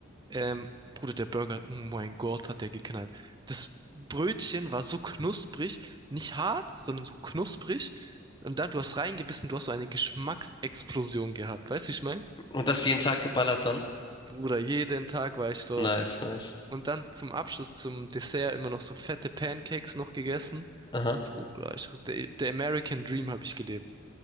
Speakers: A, on the right; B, on the left.
A: Ähm, Bruder, der Burger, oh mein Gott, hat der geknallt. Das Brötchen war so knusprig, nicht hart, sondern so knusprig. Und dann, du hast reingebissen, du hast so eine Geschmacksexplosion gehabt. Weißt du, wie ich meine?
B: Und das jeden Tag geballert dann?
A: Bruder, jeden Tag war ich dort.
B: Nice, nice.
A: Und dann zum Abschluss, zum Dessert, immer noch so fette Pancakes noch gegessen.
B: Aha.
A: Bruder, ich, der, der American Dream habe ich gelebt.